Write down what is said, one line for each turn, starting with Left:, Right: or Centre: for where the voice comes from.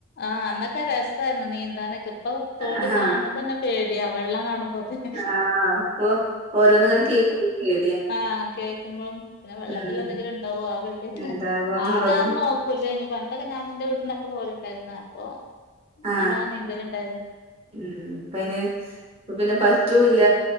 Left: ആ അന്നൊക്കെ രസമായിരുന്നു നീന്താനക്കെ ഇപ്പൊ തോട്
Right: ആഹ്
Left: കാണണ തന്നെ പേടിയാ വെള്ളം കാണുമ്പോതിന്ന്
Right: ആ അപ്പൊ ഓരോന്ന് ഇങ്ങനെ കേക്കുന്നില്ലേ
Left: ആ കേൾക്കുമ്പോ പിന്നെ വെള്ളത്തി
Right: ഉം
Left: എന്തെങ്കിലും ഉണ്ടാവോ പേടിക്കെ
Right: എന്താകുവന്നുള്ളതും
Left: ആതാന്ന് നോക്കൂല്ലേന്ന് പണ്ടൊക്കെ ഞാൻ എന്റെ വീട്ടന്നൊക്കെ പോകലുണ്ടായിരുന്ന് അപ്പൊ
Right: ആ
Left: നല്ലോണം നീന്തലുണ്ടായിരുന്നു
Right: ഉം ഇപ്പയിന് ഇപ്പൊ പിന്നെ പറ്റുംല്ല